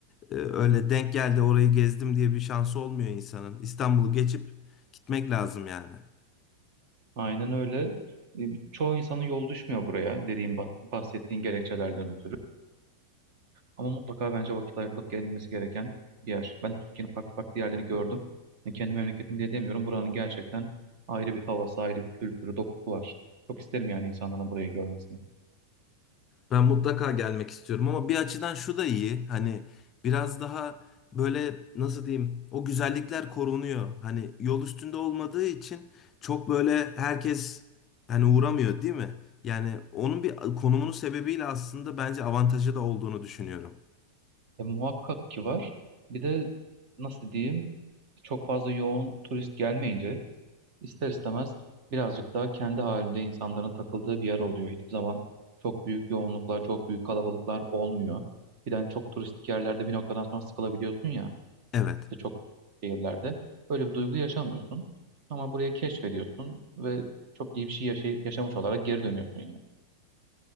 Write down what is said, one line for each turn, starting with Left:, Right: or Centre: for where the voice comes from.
Left: e, öyle denk geldi orayı gezdim diye bir şansı olmuyor insanın. İstanbul'u geçip gitmek lazım yani.
Right: Aynen öyle. E, çoğu insanın yol düşmüyor buraya dediğim bah- bahsettiğin gerekçelerden ötürü. Ama mutlaka bence vakit ayrılıp gelinmesi gereken bir yer. Ben de Türkiye'nin farklı farklı yerlerini gördüm. E, kendi memleketim diye demiyorum. Buranın gerçekten ayrı bir havası, ayrı bir kültürü, dokusu var. Çok isterim yani insanların burayı görmesini.
Left: Ben mutlaka gelmek istiyorum ama bir açıdan şu da iyi. Hani biraz daha böyle nasıl diyeyim o güzellikler korunuyor. Hani yol üstünde olmadığı için çok böyle herkes hani uğramıyor değil mi? Yani onun bir konumunun sebebiyle aslında bence avantajı da olduğunu düşünüyorum.
Right: E, muhakkak ki var. Bir de nasıl diyeyim çok fazla yoğun turist gelmeyince ister istemez birazcık daha kendi halinde insanların takıldığı bir yer oluyor. Hiçbir zaman çok büyük yoğunluklar, çok büyük kalabalıklar olmuyor. Bir de hani çok turistik yerlerde bir noktadan sonra sıkılabiliyorsun ya.
Left: Evet.
Right: İşte çok şehirlerde böyle bir duygu yaşamıyorsun. Ama buraya keşfediyorsun ve çok iyi bir şey yaşay- yaşamış olarak geri dönüyorsun yani.